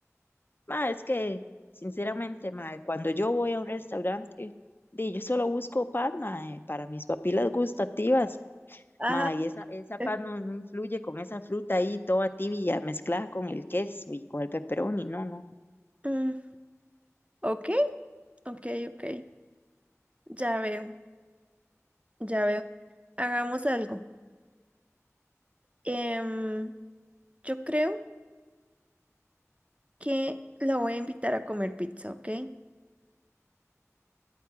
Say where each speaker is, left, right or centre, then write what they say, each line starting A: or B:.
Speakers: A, on the left (about 40°); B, on the right (about 25°).
A: Ma, es que, sinceramente, mae cuando yo voy a un restaurante, di, yo solo busco pan, mae para mis papilas gustativas,
B: Ah,
A: mae y esa, esa
B: <laughs>
A: pan no, no influye con esa fruta ahí toda tibia mezclada con el queso y con el pepperoni, no, no.
B: mm, ok, ok, ok. Ya veo, ya veo. Hagamos algo. Em, yo creo que la voy a invitar a comer pizza, ¿ok?